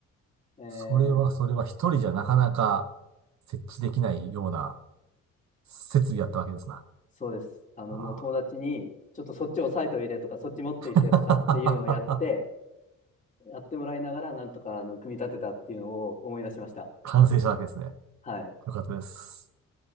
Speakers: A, on the left (about 25°); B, on the right (about 65°).
A: え
B: それはそれは一人じゃなかなか設置できないような
A: ー
B: 設備やったわけですな。
A: そうです。あのもう友達にちょっとそっち押さえといてとかそっち持っていてとかっていうのをやって
B: あー <laughs>
A: やってもらいながらなんとかあの組み立てたっていうのを思い出しました。
B: 完成したわけですね。
A: はい。
B: よかったです。